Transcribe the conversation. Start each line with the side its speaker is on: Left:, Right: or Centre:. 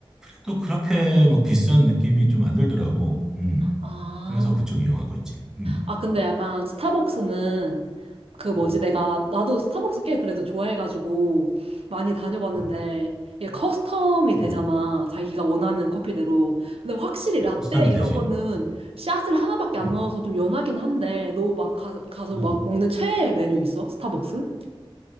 Centre: 또 그렇게 막 비싼 느낌이 좀 안 들더라고. 음.
Right: 아,
Centre: 그래서 그쪽 이용하고 있지. 음.
Right: 아, 근데 약간 스타벅스는 그 뭐지
Centre: 음.
Right: 내가 나도 스타벅스 꽤 그래도 좋아해가지고 많이 다녀봤는데
Centre: 음.
Right: 이게 커스텀이 되잖아
Centre: 음.
Right: 자기가 원하는 커피대로 근데 확실히 라떼
Centre: 보쌈이
Right: 이런
Centre: 되지.
Right: 거는 샷을 하나밖에 안
Centre: 음.
Right: 넣어서 좀 연하긴 한데 너 막 가, 가서
Centre: 음.
Right: 막 먹는 최애 메뉴 있어? 스타벅스?